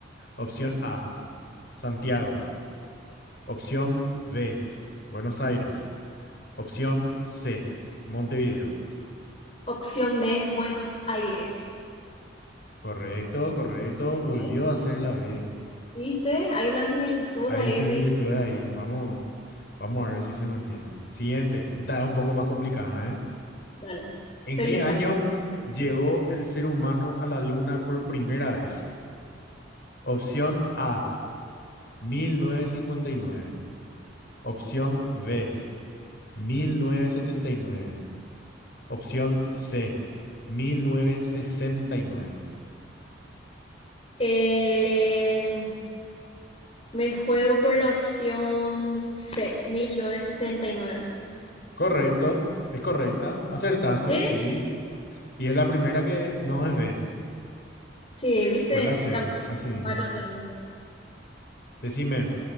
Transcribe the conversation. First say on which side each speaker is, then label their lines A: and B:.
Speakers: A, on the left; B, on the left.
A: Opción A, Santiago. Opción B, Buenos Aires. Opción C, Montevideo.
B: Opción B, Buenos Aires.
A: Correcto, correcto. Volvió
B: ¿Sí?
A: a hacer la B.
B: ¿Viste? Hay una similitud
A: Hay
B: ahí.
A: similitudes
B: Me...
A: ahí. Vamos, vamos a ver si se mantiene. Siguiente. Esta es un poco más complicada, ¿eh?
B: Dale,
A: ¿En
B: estoy
A: qué
B: lista.
A: año llegó el ser humano a la luna por primera vez? Opción A, 1959. Opción B, 1979. Opción C, 1969.
B: Em, me juego por la opción C, 1969.
A: Correcto, es correcta. Acertaste,
B: Sí,
A: sí. Y es la primera que no es B.
B: ¿Sí? sí viste
A: Fue la C,
B: Cam-
A: así mismo.
B: va cambiando.
A: Decime,